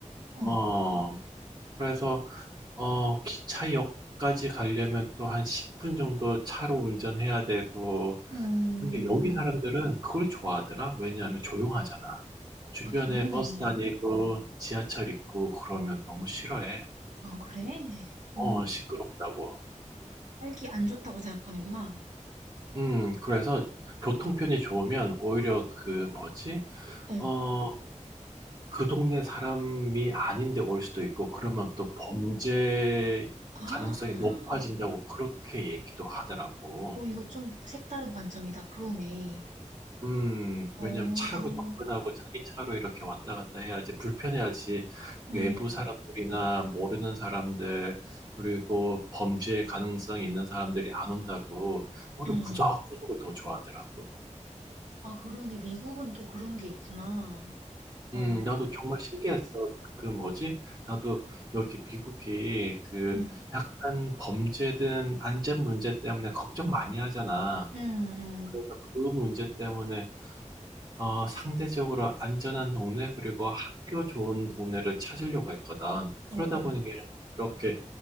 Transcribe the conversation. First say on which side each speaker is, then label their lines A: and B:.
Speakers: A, on the right; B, on the right.
A: 어.
B: 어. 그래서 어 기차역까지 가려면 또 한 10분 정도 차로 운전해야 되고
A: 음.
B: 근데 여기 사람들은 그걸 좋아하더라. 왜냐하면 조용하잖아. 주변에
A: 아 그러네.
B: 버스 다니고 지하철 있고 그러면 너무 싫어해.
A: 아 그래?
B: 어,
A: 어.
B: 시끄럽다고.
A: 딸기 안 좋다고 생각하는구나.
B: 음, 그래서 교통편이 좋으면 오히려 그 뭐지?
A: 어.
B: 어, 그 동네 사람이 아닌데 올 수도 있고 그러면 또 범죄
A: 아.
B: 가능성이 높아진다고 그렇게 얘기도 하더라고.
A: 오 이거 좀 색다른 관점이다. 그러네.
B: 음,
A: 어.
B: 왜냐면 차로 접근하고 자기 차로 이렇게 왔다 갔다 해야지 불편해야지
A: 음.
B: 외부 사람들이나 모르는 사람들 그리고 범죄 가능성이 있는 사람들이 안 온다고 오히려
A: 음.
B: 구석구석을 더 좋아하더라고.
A: 아 그러네. 미국은 또 그런 게 있구나. 어.
B: 음, 나도 정말 신기했어. 그 뭐지? 나도 여기 미국이 그
A: 음.
B: 약간 범죄든 안전 문제 때문에 걱정 많이 하잖아.
A: 음음.
B: 그래서 그 문제 때문에 어, 상대적으로 안전한 동네, 그리고 학교 좋은 동네를 찾으려고 했거든. 그러다
A: 응응.
B: 보니까 이렇게,